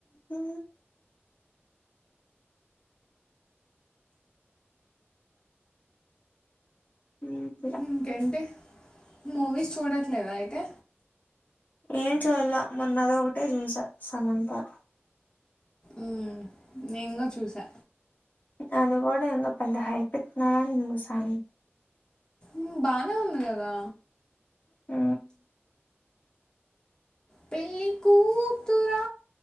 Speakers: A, on the left; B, on the left.
A: ఆ ఊ
B: ఇంకేంటి మూవీస్ చూడట్లేదా అయితే
A: ఏం చూల్లే మొన్నదొకటే చూస సమంతాది
B: ఉమ్ నెంగు చూసా
A: అది గూడ ఏందో పెద్ద హైపిత్తున్నరని చూసా
B: ఉం బానే ఉంది కదా
A: ఊ
B: పెళ్ళి కూతురా